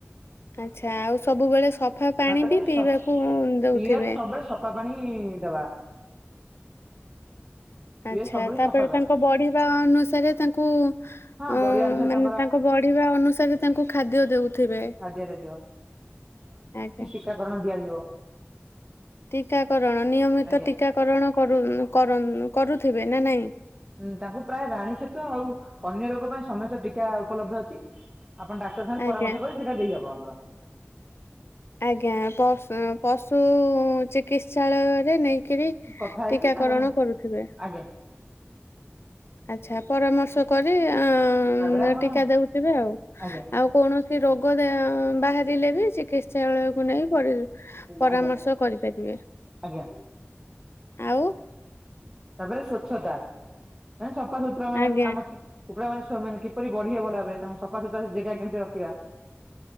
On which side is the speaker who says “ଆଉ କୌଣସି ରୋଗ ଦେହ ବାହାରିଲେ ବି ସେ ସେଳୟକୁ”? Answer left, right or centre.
Left